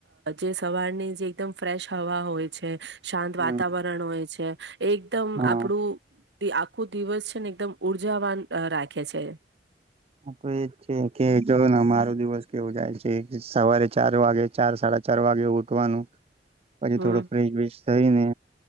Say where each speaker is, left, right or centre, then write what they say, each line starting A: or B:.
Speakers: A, on the right; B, on the right.
A: જે સવારની જે એકદમ ફ્રેશ હવા હોય છે શાંત
B: હમ
A: વાતતા વાતાવરણ હોય છે એકદમ
B: હા
A: આપણું આખો દિવસ છે ને એકદમ ઉર્જાવાન રાખે છે.
B: હા તો એજ છે કે જો ને મારો દિવસ કેવો જાય છે સવારે ચાર વાગે ચાર સાડા ચાર વાગે ઉઠવાનું પછી
A: હમ
B: થોડો ફ્રિશ બિશ થઈ ને